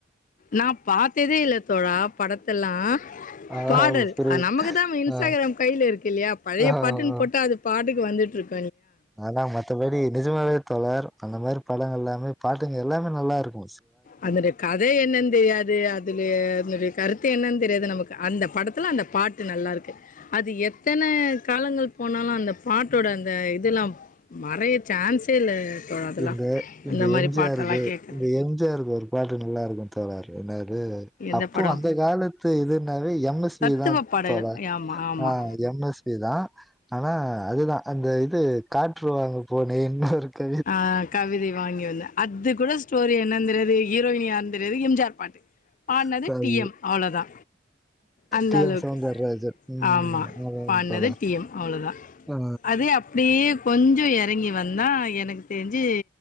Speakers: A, on the left; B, in the centre.
A: நா பாத்ததே இல்ல ட படத்தெல்லா
B: ஆ
A: பாடல்
B: புரியுது
A: நமக்கு தா இன்ஸ்ட்டாக்ராம்
B: ஆ
A: கையில இருக்குயில்லையா பழைய
B: ஆ
A: பாட்டுன்னு
B: ஆ
A: போட்டு அது பாடு வந்துட்டுருக்கு
B: ஆனா மத்தப்படி நிஜமாவே <unintelligible> அந்த மாதிரி படங்கள் எல்லாமே பாட்டுங்க எல்லாமே நல்லாருக்கு
A: அதனுடைய கதை என்னென்னு தெரியாது அது இதிலே என்னுடைய கருத்து என்னன்னு தெரியாது நமக்கு அந்த படத்துல அந்த பாட்டு நல்லாருக்கு அது எத்தன காலங்கள் போனாலு அந்த பாட்டோட அந்த இதெல்லா மறைய சான்ஸே இல்ல தோழா அதெல்லாம்.
B: எங்க எங்க
A: அந்த மாரி
B: எம் ஜி
A: பாட்டெல்லாம்
B: ஆர் க்கு
A: கேட்க.
B: எங்க எம் ஜி ஆர் க்கு வருவோ பாக்க நல்லாருக்கு தோழர் ஏன்னா து
A: எந்த
B: அப்போ
A: படம்?
B: அந்த காலத்து இது எம் எஸ்
A: தத்துவ
B: வி தா
A: பாடல்கள்.
B: தோழர்
A: ஆமா, ஆமா.
B: ஆ எம் எஸ் வி தா ஆனா அது தா அந்த இது காற்று வாங்க போனே இன்னுருக்கு
A: ஆ கவிதை வாங்கி வந்தே அது கூட ஸ்டோரி என்ன தெரியாது ஹீரோயினி யார்ன்னு தெரியாது எம் ஜி ஆர் பாட்டு பாட்னது
B: சார்
A: டி எம் அவ்ளோதா அந்த
B: டி
A: அளவுக்கு
B: எம் சௌந்தரராஜன் ம்
A: ஆமா
B: ஆமாம்
A: பாட்னது
B: தோழர்
A: டி எம் அவ்ளோதா
B: ஆ
A: அது அப்படியே கொஞ்சோ எறங்கி வந்தா எனக்கு தெரிஞ்சு